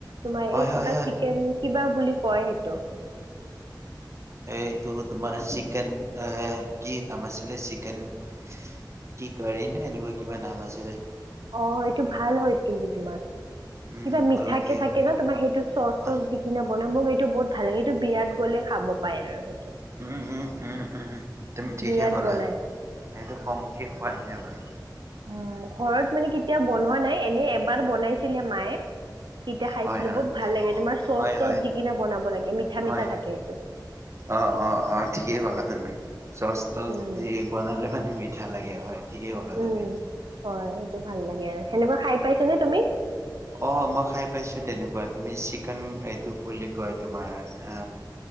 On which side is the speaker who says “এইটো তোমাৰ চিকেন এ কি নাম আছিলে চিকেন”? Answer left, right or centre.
Right